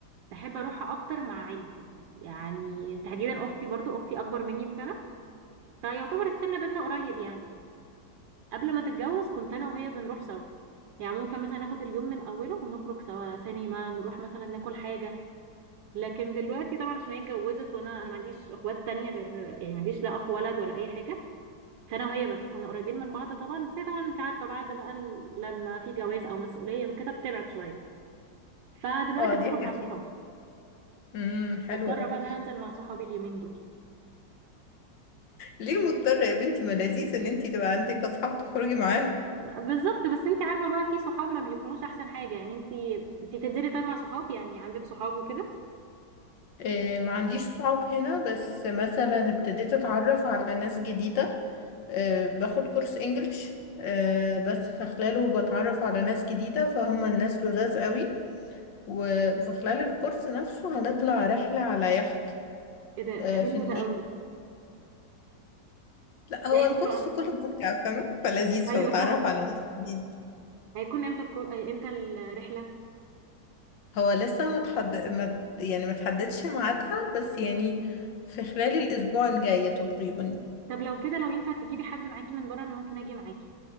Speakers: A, on the right; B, on the left.
A: بحب اروحها اكتر مع عيلتي يعني تحديدا اختي برضو اختي اكبر مني بسنة فيعتبر السن بينا قريب يعني قبل ما تتجوز كنت انا وهي بنروح سوا يعني ممكن مثلا ناخد اليوم من اوله ونخرج سوا سينما نروح مثلا ناكل حاجة لكن دلوقتي طبعا عشان هي اتجوزت وانا انا ما عنديش اخوات تانية غير يعني ما عنديش لا اخ ولد ولا اي حاجه فانا وهي بس كنا قريبين من بعض طبعا بس هي طبعا انت عارفه بعد بقى ال- لما في جواز او مسؤوليه وكده بتبعد شويه فدلوقتي
B: اه
A: بخرج
B: دي
A: مع
B: حقيقة
A: صحابي
B: امم حلو
A: مضطره
B: قوي
A: بقى ان انا انزل مع صحابي اليومين دول
B: ليه مضطرة يا بنتي ما لذيذ ان انتي تبقى عندك اصحاب تخرجي معاهم
A: بالظبط بس انت عارفه بقى في صحاب ما بيكونوش احسن حاجه يعني انت انت بتنزلي طيب مع صحاب يعني عندك صحاب وكده
B: إيه ما عنديش صحاب هنا بس مثلا ابتديت اتعرف على ناس جديدة إيه باخد كورس انجليش إيه بس في خلاله بتعرف على ناس جديدة فهم الناس لذاذ قوي وفي خلال الكورس نفسه هنطلع رحلة على يخت
A: ايه ده
B: إيه
A: حلو
B: في النيل
A: ده قوي
B: لا
A: ده
B: هو الكورس
A: امتى بقى
B: كله مراجعة فاهمة فلذيذ فبتعرف
A: ايوه صح
B: على ناس جديدة
A: هيكون امتى الكو... امتى الرحله
B: هو لسه ما متحد... ما يعني ما تحددش ميعادها بس يعني في خلال الأسبوع الجاي تقريبا
A: طب لو كده لو ينفع تجيبي حد معاكي من بره انا ممكن اجي معاكي